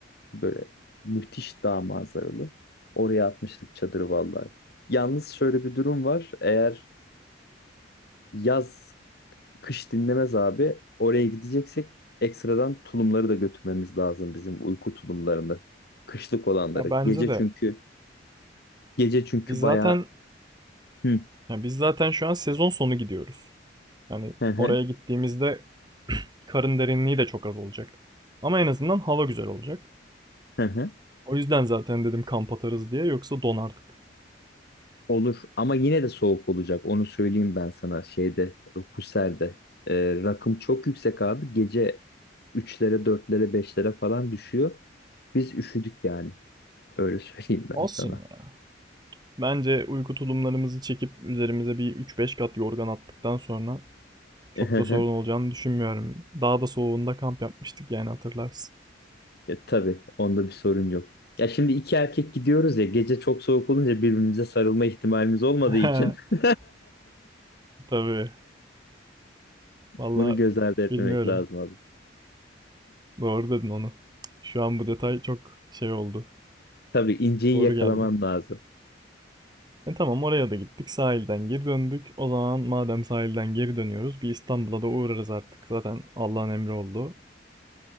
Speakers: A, on the left; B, on the right.
A: Böyle müthiş dağ manzaralı. Oraya atmıştık çadırı vallahi. Yalnız şöyle bir durum var. Eğer yaz kış dinlemez abi. Oraya gideceksek ekstradan tulumları da götürmemiz lazım bizim uyku tulumlarını. Kışlık olanları.
B: Ya bence
A: Gece
B: de.
A: çünkü gece çünkü
B: Biz zaten
A: bayağı hı
B: ya biz zaten şu an sezon sonu gidiyoruz. Yani
A: hı hı
B: oraya gittiğimizde <clears throat> karın derinliği de çok az olacak. Ama en azından hava güzel olacak.
A: hı. hı.
B: O yüzden zaten dedim kamp atarız diye yoksa donardık.
A: Olur ama yine de soğuk olacak. Onu söyleyeyim ben sana şeyde Husser'de. Ee, rakım çok yüksek abi. Gece üçlere dörtlere beşlere falan düşüyor. Biz üşüdük yani. Öyle <laughs> söyleyeyim
B: Olsun
A: ben sana.
B: ya. Bence uyku tulumlarımızı çekip üzerimize bir üç beş kat yorgan attıktan sonra çok
A: <laughs>
B: da sorun olacağını düşünmüyorum. Daha da soğuğunda kamp yapmıştık yani hatırlarsın.
A: Ya, tabii onda bir sorun yok. Ya şimdi iki erkek gidiyoruz ya gece çok soğuk olunca birbirimize sarılma ihtimalimiz olmadığı
B: <laughs>
A: için <laughs>
B: Tabii. Valla
A: bunu göz ardı etmemek
B: bilmiyorum.
A: lazım abi.
B: Doğru dedin onu. Şu an bu detay çok şey oldu.
A: Tabii inceyi
B: Doğru
A: yakalaman
B: geldi.
A: lazım.
B: E tamam oraya da gittik. Sahilden geri döndük. O zaman madem sahilden geri dönüyoruz bir İstanbul'a da uğrarız artık. Zaten Allah'ın emri oldu.